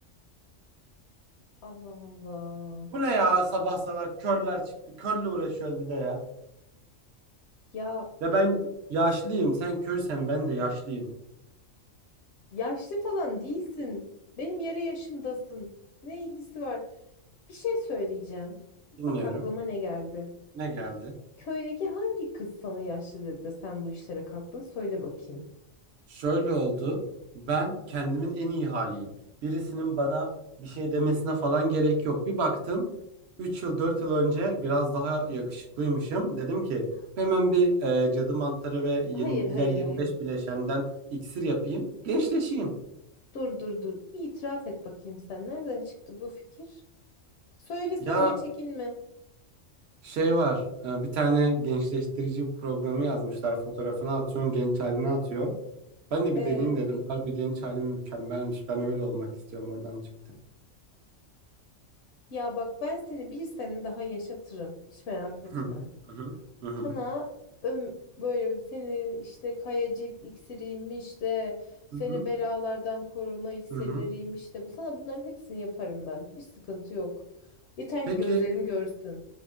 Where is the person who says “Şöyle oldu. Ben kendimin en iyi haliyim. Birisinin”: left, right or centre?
Right